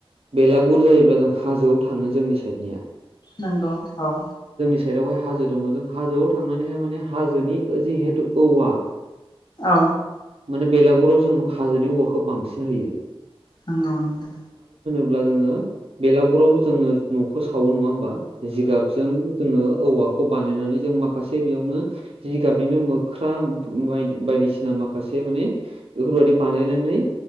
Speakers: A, on the right; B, on the left.
A: बेलागुर जायोब्ला जों हाजोआव थाङो जोंनि साइडनिया।
B: नंगौ औ।
A: साइदआवहाय हाजो दङ जों हाजोआव थांनानैहाय माने हाजोनि जिहेतु औवा
B: औ
A: माने बेलागुराव जों हाजोनि औवाखौ बांसिन होयो।
B: नंगौ नंगौ।
A: अब्ला जोङो बेलागुराव जोङो न'खौ सावो नङा होमबा जिगाबजों जोङो औवाखौ बानायनानै जों माखासे बेयावनो जिगाबनिनो मोख्रा <unintelligible> बायदिसिना माखासे माने बेफोरबायदि बानायनानै